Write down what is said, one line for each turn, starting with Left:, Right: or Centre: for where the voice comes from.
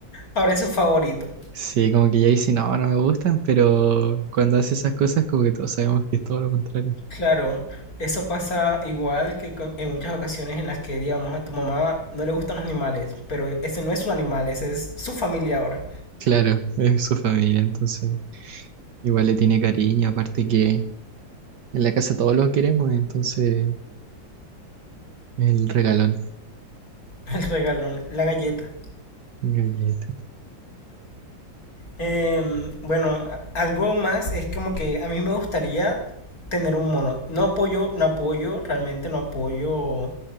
Left: Ahora es su favorito.
Right: sí, como que ella dice, no, no me gustan, pero cuando hace esas cosas como que todos sabemos que es todo lo contrario.
Left: Claro, eso pasa igual que co- en muchas ocasiones en las que, digamos, a tu mamá no le gustan los animales, pero ese no es un animal, ese es su familia ahora.
Right: Claro, es su familia, entonces igual le tiene cariño, aparte que en la casa todos lo queremos, entonces el regalón,
Left: <laughs> El regalón, la galleta.
Right: galleta,
Left: Eh, bueno, algo más es como que a mí me gustaría tener un mono. No apoyo, no apoyo, realmente no apoyo